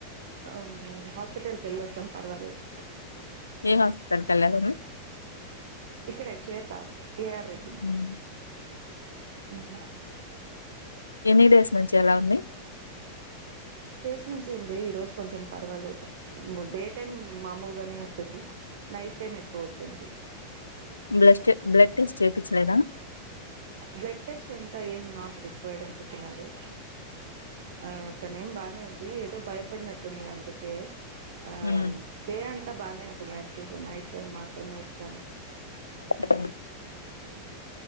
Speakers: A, on the right; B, on the left.
A: ఆ హాస్పిటల్కి వెళ్ళొచ్చాం పర్వాలేదు
B: ఏ హాస్పిటల్ కి వెళ్లారండి
A: ఇక్కడ శ్వేత్త కె ఆర్ రెడ్డి
B: హ్మ్
A: అ
B: ఎనీ డేస్ నుంచి ఎలా ఉంది
A: త్రీ డేస్ నుంచి ఉంది ఈ రోజు కొంచెం పర్వాలేదు డే టైమ్ మామూలుగానే ఉంటుంది నైట్ టైమ్ ఎక్కువ అవుతుంది
B: బ్ బ్లడ్ టెస్ట్ చపించలేదా
A: బ్లడ్ టెస్ట్ ఎంత ఏం నాట్ రిక్వైర్డ్ అని చెప్పతున్నారు ఆ తనే ఏం బానే ఉంత అది ఏదో భయపడినట్టుంది అందుకే ఆ
B: హ్మ్
A: దే అంత అంత బాగానే ఉంది నైట్ చ నైట్ టైమ్ మాత్రమే వస్తా
B: బ